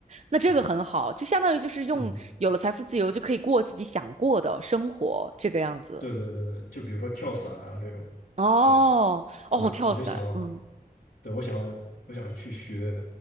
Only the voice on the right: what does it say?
那这个很好，
就相当于就是用有了财富自由就可以过自己想过的生活，
这个样子。
哦哦，
跳伞，嗯